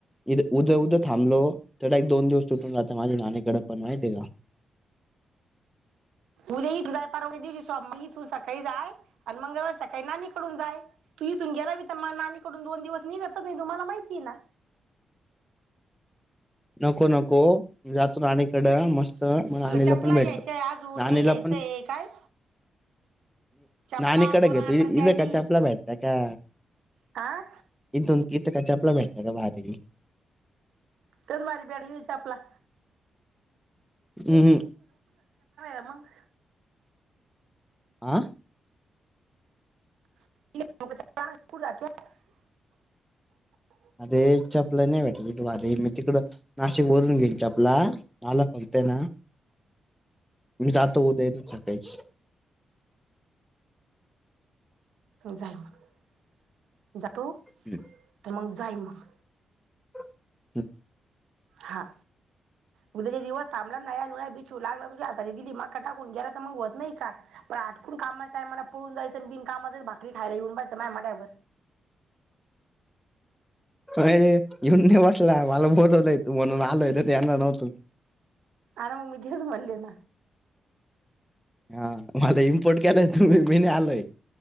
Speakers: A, in the centre; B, on the right.
A: इद उद उदं थांबलो. तेवढ एक दोन दिवस तुटून जात माझ्या नानीकडे पण माहिती आहे का?
B: उद्या इथून परवा दिवशी सोमवारी इथून सकाळी जाय आणि मंगळवारी सकाळी नानीकडून जाय तू इथून गेला की तर मग नानीकडून दोन दिवस निघतच नाही तु मला माहितीय ना.
A: नको नको जातो नानीकडे मस्त
B: तुला
A: मग नाणीला
B: चपला
A: पण भेटलो
B: घ्यायचंय अजून
A: नाणीला
B: हे घ्यायचंय काय? चपला
A: नानी कडे
B: दोन
A: घेतो
B: अंडर
A: इथ
B: पॅन्डी
A: काय चपला भेट का?
B: हा
A: इथुन ईथ काय चपला भेटत का भारी
B: <unintelligible> <unintelligible> लवकर जातात.
A: हम्म.
B: <unintelligible> मंग
A: आं
B: <unintelligible>
A: अबे चपला नाय भेटल्या त भारी ये मी तिकड नाशिक वरून घेईन चपला मला फक्त हेना मी जातो उद्या इतून सकाळीच
B: जाय म जातो
A: हम्म.
B: त मंग जाई मंग
A: <unintelligible>
B: हा उद्याचे दिवस थांबला नाय आणि माया बिछू लागला तुझ्या हातारी दिली मका टाकून गेला तर मंग होत नाई का पण आटकून कामाच्या टायमाला पळून जायचं आणि बिनकामाचच भाकरी खायला येऊन बसायचं माय मड्यावर
A: अ रे येऊन नाही बसला मला बोलवलाय तू म्हणून आलोय नाय तर येणार नव्हतो मी
B: आरा मंग मी तेच म्हणली ना
A: हा मला इम्पोर्ट केलाय तुम्ही मी नाय आलोय.